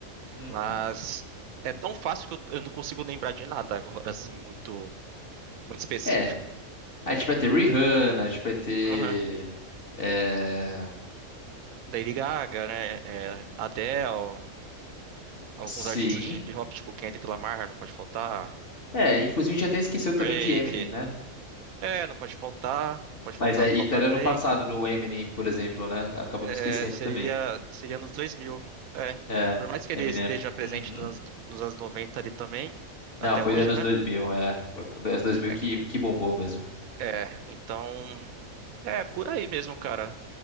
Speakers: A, on the left; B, on the right.
A: Uhum.
B: Mas é tão fácil que eu, eu não consigo lembrar de nada agora, assim, muito, muito específico.
A: É, a gente vai ter Rihanna, a gente vai ter.
B: Uhum.
A: É...
B: Lady Gaga, né? eh, Adele, alguns
A: Sim.
B: artistas de hip hop, tipo Kendrick Lamar, não pode faltar.
A: É, inclusive a gente até esqueceu
B: Drake.
A: também de Eminem, né?
B: É, não pode faltar. Não pode
A: Mas
B: faltar,
A: é, isso
B: faltar
A: era
B: Drake.
A: no passado, no Eminem, por exemplo, né? Acabamos
B: É,
A: esquecendo
B: seria,
A: também.
B: seria nos 2000. É,
A: É,
B: por mais que ele
A: Eminem.
B: esteja presente
A: Uhum.
B: nos anos, nos anos 90 ali também, até
A: Não, foi
B: hoje,
A: anos
B: né?
A: 2000, é. Foi anos 2000
B: É,
A: que,
B: que-
A: que bombou mesmo.
B: é, então, é por aí mesmo, cara.